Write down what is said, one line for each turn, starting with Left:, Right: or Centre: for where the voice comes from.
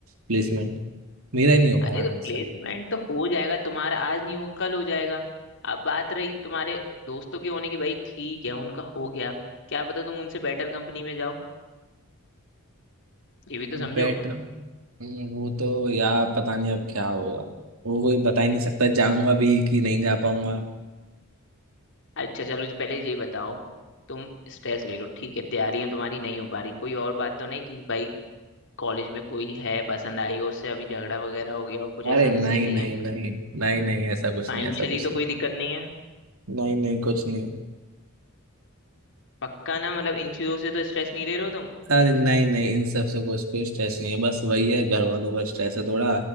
Right: प्लेसमेंट मेरा ही नहीं हो पा
Left: अरे
Right: रहा
Left: तो
Right: ढंग
Left: प्लेसमेंट
Right: से
Left: तो हो जाएगा तुम्हारा आज नहीं होगा कल हो जाएगा अब बात रही तुम्हारे दोस्तों के होने की भाई ठीक है उनका हो गया क्या पता तुम उनसे बेटर कंपनी में जाओ ये भी तो
Right: बैठना
Left: समझो
Right: हम्म, वो तो यार पता नहीं अब क्या होगा वो कोई बता ही नहीं सकता जाऊंगा भी कि नहीं जा पाऊंगा
Left: अच्छा चलो जी पहले ये बताओ तुम स्ट्रेस ले लो ठीक है तैयारियां तुम्हारी नहीं हो पा रही कोई और बात तो नहीं कि भाई कॉलेज में कोई है पसंद आई हो उससे अभी झगड़ा वगैरह हो गया हो कुछ
Right: अरे
Left: ऐसा तो
Right: नहीं
Left: सीन नहीं
Right: नहीं
Left: है
Right: नहीं नहीं नहीं ऐसा कुछ
Left: फाइनेंशियली
Right: नहीं ऐसा कुछ
Left: तो
Right: नहीं
Left: कोई दिक्कत नहीं है
Right: नहीं नहीं कुछ नहीं
Left: पक्का ना मतलब इन चीजों से तो स्ट्रेस नहीं ले रहे हो तुम
Right: अरे नहीं नहीं इन सब से कुछ कोई स्ट्रेस नहीं है बस वही है घर वालों का स्ट्रेस है थोड़ा